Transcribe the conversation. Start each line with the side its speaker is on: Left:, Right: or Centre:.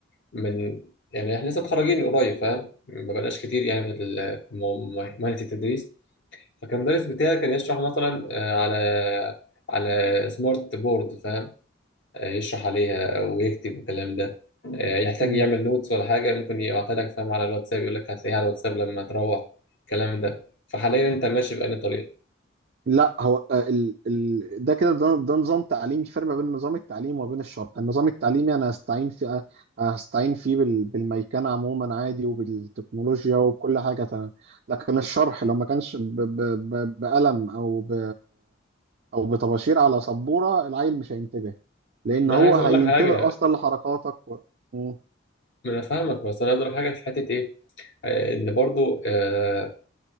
Left: من يعني احنا لسه متخرجين قريب فاهم ما بقناش كتير يعني
Right: أيوة.
Left: في ال- في مهنة التدريس فكان المدرس بتاعي كان يشرح مثلا آه، على على سمارت بورد فاهم آه، يشرح عليها ويكتب الكلام ده آه، يحتاج
Right: مم،
Left: يعمل نوتس ولا حاجة ممكن يبعتها لك فاهم على الواتساب يقول لك هتلاقيها على الواتساب لما تروح الكلام ده فحاليا انت ماشي بأنهي طريقة
Right: لا هو آه، ال... ال... ده كده ده, ده نظام تعليمي فرق ما بين نظام التعليم وبين الشرع النظام التعليمي انا هستعين فيه هستعين فيه بال... بالميكنه عموما عادي وبالتكنولوجيا وكل حاجه تمام لكن الشرح لو ما كانش ب... ب... ب... بقلم او ب... او بطباشير على سبوره العيل مش هينتبه لان
Left: ما
Right: هو
Left: انا عايز
Right: هينتبه
Left: اقول لك حاجة
Right: اصلا لحركاتك و... م.
Left: ما انا فاهمك بس انا عايز اقول لك حاجة في حتة ايه آه، ان برضو آه،